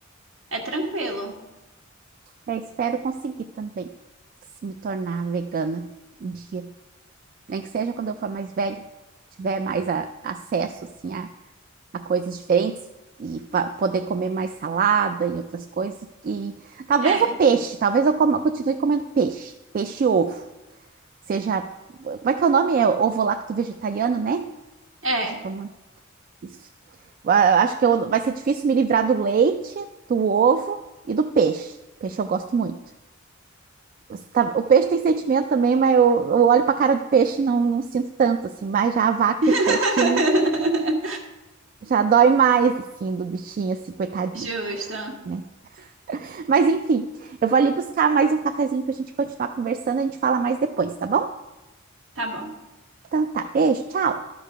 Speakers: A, on the right (about 65°); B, on the right (about 45°).
A: É tranquilo.
B: É, espero conseguir também se me tornar vegana um dia. nem que seja quando eu for mais velha, tiver mais a- acesso assim, a, a coisas diferentes e poder comer mais salada e outras coisas. E talvez
A: É,
B: o peixe, talvez eu coma- continue comendo peixe, peixe e ovo. Seja, como é que é o nome? É ovo lacto vegetariano, né?
A: é.
B: Acho que é o nome. Isso. Ah, Acho que eu- vai ser difícil me livrar do leite, do ovo e do peixe. Peixe eu gosto muito você tá- o peixe tem sentimento também, mas eu, eu olho para a cara do peixe e não, não sinto tanto, assim. Mas já a vaca
A: <laughs>
B: e o porquinho já dói mais, assim, do bichinho, assim, coitadinho,
A: Justo.
B: né? Mas enfim, eu vou ali buscar mais um cafezinho para a gente continuar conversando. A gente fala mais depois, tá bom?
A: Tá bom.
B: Então tá, beijo, tchau.